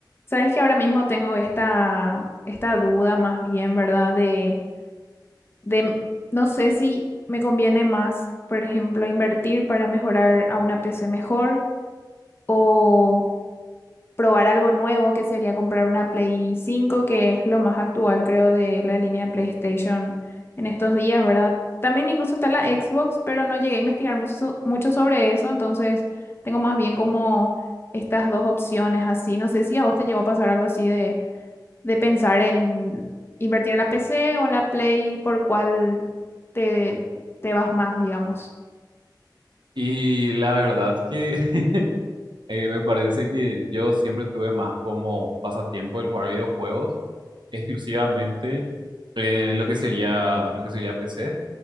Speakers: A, on the left; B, on the right.
A: Sabes que ahora mismo tengo esta, esta duda más bien, ¿verdad? De, de, no sé si me conviene más, por ejemplo, invertir para mejorar a una PC mejor o probar algo nuevo, que sería comprar una Play cinco que es lo más actual, creo, de la línea de PlayStation en estos días, ¿verdad? También incluso está la Xbox, pero no llegué a investigar mucho, so- mucho sobre eso, entonces tengo más bien como estas dos opciones así. No sé si a vos te llegó a pasar algo así de pensar en invertir en la PC o en la Play, por cuál te, te vas más, digamos.
B: Y la verdad que <laughs> eh, me parece que yo siempre tuve más como pasatiempo el jugar videojuegos, exclusivamente en lo que sería, lo que sería PC.